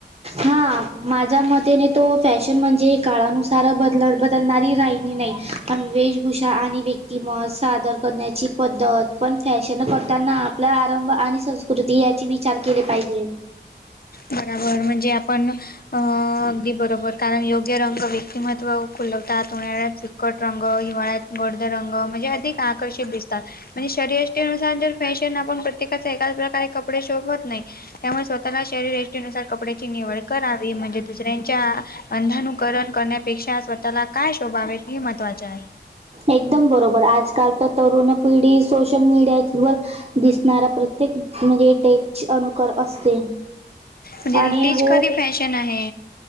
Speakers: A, on the right (about 35°); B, on the left (about 55°).
A: हा, माझ्या मतेने तो फॅशन म्हणजे काळानुसार बदल बदलणारी राहिली नाही. पण वेशभूषा आणि व्यक्तिमत सादर करण्याची पद्धत पण फॅशन करताना आपला आरंभ आणि संस्कृती याचे विचार केले पाहिजे.
B: बराबर म्हणजे आपण, अ अगदी बरोबर कारण योग्य रंग क्यतिमत्व खुलवतात, उन्हाळ्यात फिकट रंग हिवाळ्यात गडद रंग, म्हणजे अधिक आकर्षित दिसतात, म्हणजे शरीरयष्टीनुसार जर फॅशन आपण प्रत्येकाचे एकाच प्रकारे कपडे शोभत नाही, त्यामुळे स्व तला शरीरष्टीनुसार कपड्याची निवड करावी, म्हणजे दुसऱ्यांच्या अंधानुकरण कर पेक्षा स्वतःला काय शोभावेत हे महत्वाचे आहे.
A: एकदम बरोबर, आजकाल तर तरुण पिढी सोशल मीडिया वर दिसणारा प्र ते म्हणजे डेक्च अनुकर असते.
B: म्हणजे
A: आणि
B: तीच
A: हो
B: कधी फॅशन आहे